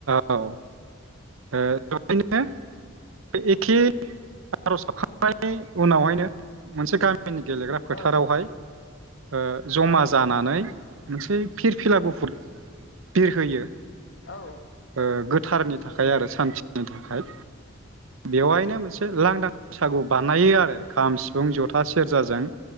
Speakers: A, on the right (about 80°); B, on the left (about 60°).
A: औ ओ औरैनो बे एखे आरज गाबखांनायनि उनावहायनो मोनसे गामि गिमिनि गेलेग्रा फोथारावहाय
B: औ
A: ओ जमा
B: औ
A: जानानै मोनसे फिरफिला गुफुर बिरहोयो
B: औ
A: ओ गोथारनि
B: बिरहोयो
A: थाखाय आरो सान्थि नि थाखाइ बेवहायनो मोनसे लांदां बैसागु बानायो आरो खाम सिफुं जथा सेरजाजों